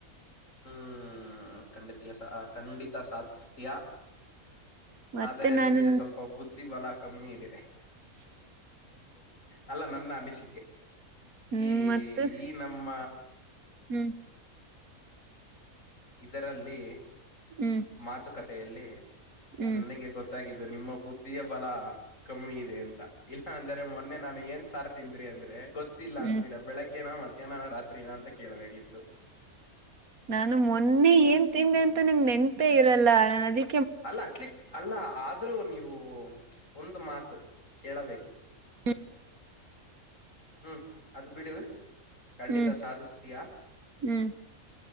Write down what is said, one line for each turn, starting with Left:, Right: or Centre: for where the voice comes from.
Left: ಹ್ಮ್ ಖಂಡಿತ ಖಂಡಿತ ಸಾಧ್ಯ ಅಷ್ಟತಯಾ
Right: ಮತ್ತೆ
Left: ಆದರೆ
Right: ನಾನು
Left: ನಿನಗೆ ಸ್ವಲ್ಪ ಬುದ್ಧಿ ಬಲ ಕಮ್ಮಿ ಇದೆ
Right: <inaudible>
Left: ಅಲ್ಲ ನನ್ನ ಅನಿಸಿಕೆ
Right: ಹ್ಮ್
Left: ಈ
Right: ಮತ್ತು
Left: ಈ ನಮ್ಮ
Right: ಹ್ಮ್
Left: ಇದರಲ್ಲಿ
Right: ಹ್ಮ್
Left: ಮಾತುಕತೆಯಲ್ಲಿ
Right: ಹ್ಮ್
Left: ನನಗೆ ಗೊತ್ತು ಗೊತ್ತಾಗಿದ್ದು ನಿಮ್ಮ ಬುದ್ಧಿಯೇ ಬಲ ಕಮ್ಮಿ ಇದೆ ಅಂತ ಇಲ್ಲ ಅಂದ್ರೆ ಮೊನ್ನೆ ನಾನನ್ ಏನ್ ಸಾರ ತಿಂದ್ರಿ ಅಂದ್ರೆ ಗೊತ್ತ ಗೊತ್ತಿಲ್ಲ
Right: ಹ್ಮ್
Left: ಅಂತೀರ ಬೆಳಗ್ಗೆನ ಮಧ್ಯಾಹ್ನ ರಾತ್ರಿ ನ ಅಂತ ಕೇಳ್ಬೇಕಿತ್ತು
Right: ನಾನು ಮೊನ್ನೆ ಏನ್ ತಿದೆ ಅಂತ ನಂ ನೆನ್ಪೆ ಇರಲ್ಲ ನಾನ ಅದಿ
Left: ಅಲ್ಲ ಅಟ್ಲಿ ಅಲ್ಲ ಆದ್ರೂ ನೀವು ಒಂದು ಮಾತು ಕೇಳಬೇಕಿತ್ತು
Right: ಹ್ಮ
Left: ಹ್ಮ್ ಅದು ಬಿಡಿ ಖಂಡಿತ
Right: ಹ್ಮ್
Left: ಸಾಧಿಸ್ತೀಯಾ.
Right: ಹ್ಮ್